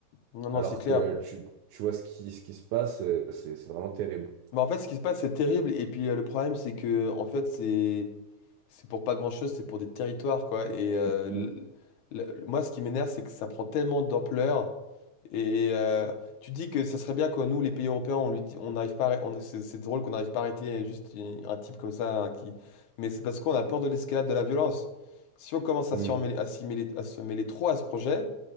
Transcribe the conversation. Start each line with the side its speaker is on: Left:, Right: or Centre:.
Left: Non, non,
Right: alors
Left: c'est clair.
Right: que tu, tu vois ce qui, ce qui se passe, euh, c'est c'est vraiment terrible.
Left: Bah, en fait, ce qui se passe, c'est terrible. Et puis, euh, le problème, c'est que, en fait, c'est. C'est pour pas grand-chose, c'est pour des territoires, quoi. Et euh,
Right: Mm.
Left: l- l- moi, ce qui m'énerve, c'est que ça prend tellement d'ampleur. Et euh, tu dis que ça serait bien que nous, les pays européens, on lui dit, on n'arrive pas, à arrê- on- c'est c'est drôle qu'on n'arrive pas à arrêter juste une- un type comme ça hein, qui. Mais c'est parce qu'on a peur de l'escalade de la violence. Si on commence à
Right: Mm.
Left: s'y emmêler- à s'y mêler, à se mêler trop à ce projet,